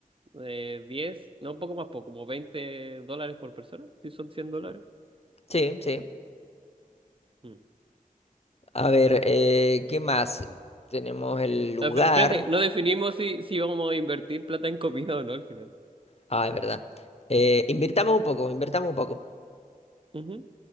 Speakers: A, on the right; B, on the left.
A: eh, 10 no, un poco más poco, como 20 dólares por persona, si son cien dólares.
B: Sí, sí.
A: Mm.
B: A ver, eh, ¿qué más? Tenemos el lugar.
A: Ah, fe- Espérate, no definimos si, si vamos a invertir plata en comida o no al final.
B: Ah, es verdad. Eh, invirtamos un poco, invertamos un poco.
A: Ujú.